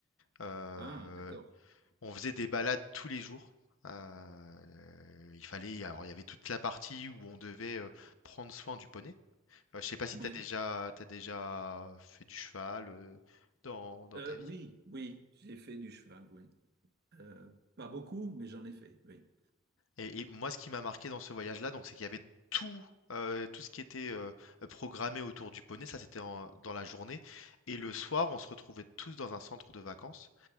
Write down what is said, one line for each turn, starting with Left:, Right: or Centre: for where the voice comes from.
Left: Euh,
Right: Ah, d'accord.
Left: on faisait des balades tous les jours. Euh, il fallait, alors il y avait toute la partie où on devait euh, prendre soin du poney. Euh, je sais pas si
Right: Oui.
Left: t'as déjà, t'as déjà fait du cheval euh, dans, dans
Right: Euh,
Left: ta vie.
Right: oui, oui, j'ai fait du cheval, oui. Euh, pas beaucoup, mais j'en ai fait, oui.
Left: Et, et moi, ce qui m'a marqué dans ce voyage-là, donc, c'est qu'il y avait tout, euh, tout ce qui était euh, programmé autour du poney. Ça, c'était en- dans la journée. Et le soir, on se retrouvait tous dans un centre de vacances.